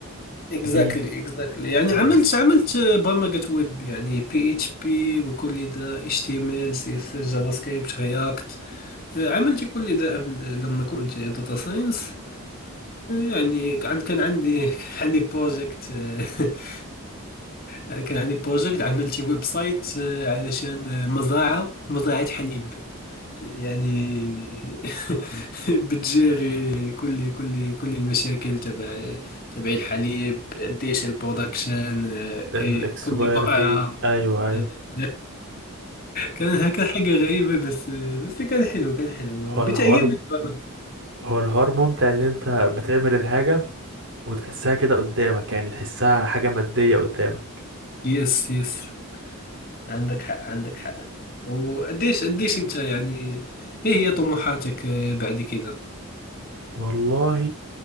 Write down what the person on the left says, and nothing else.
اكزاكتلي
اكزاكتلي يعني
عملت عملت برمجة ويب يعني بي اتش بي وكل ذا اتش تي ام ال سي اس اس جافا سكريبت رياكت عملت كل ذا قبل لما كنت داتا ساينس يعني كان كان عندي كان عندي بروجكت <laughs> كان عندي بروجكت عملت ويب سايت علشان مزرعة مزرعة حليب يعني <laughs> بتجيري كل كل كل المشاكل تبع تبع الحليب قديش البرودكشن آه،
إيه، كل بقعة
<laughs> كان هكا حاجة غريبة بس بس كان حلو كان حلو
بتعجبني البرمجة.
يس يس عندك حق عندك حق وقديش قديش انت يعني ايه هي طموحاتك آه، بعد كده